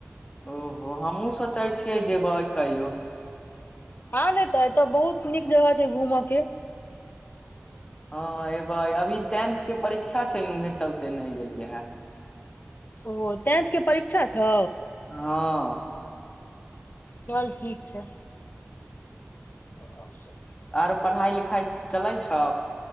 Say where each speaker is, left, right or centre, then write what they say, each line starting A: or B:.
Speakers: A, on the left; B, on the left.
A: ओहो हमहुँ सोचै छियै जेबै कहियो
B: आ नऽ तऽ एतऽ बहुत नीक जगह छै घूम केँ
A: हँ ऐबै अभी टेंथ केँ परीक्षा छै न उहे चलते नहि गेलियै है
B: ओ टेंथ केँ परीक्षा छै
A: हँ
B: चल ठीक छै <unintelligible>
A: और पढ़ाइ लिखाइ चलै छौ